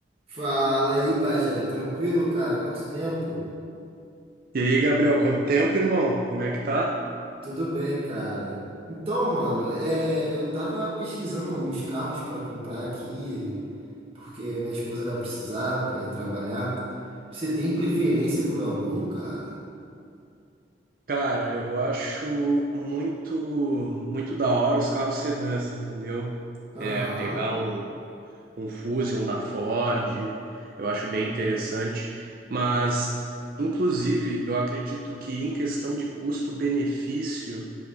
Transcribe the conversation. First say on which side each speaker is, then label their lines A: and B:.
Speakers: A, on the right; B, on the right.
A: Fala aí, Bagé. Tranquilo, cara? Quanto tempo?
B: E aí, Gabriel, quanto tempo, irmão? Como é que tá?
A: Tudo bem, cara. Então, mano, é, eu tava pesquisando alguns carros pra comprar aqui, porque minha esposa vai precisar pra ir trabalhar. Você tem preferência por algum, cara?
B: Cara, eu acho muito muito da hora os carros sedãs, entendeu?
A: Aham,
B: É, pegar um, um Fusion da Ford, eu acho bem interessante. Mas, inclusive, eu acredito que em questão de custo-benefício,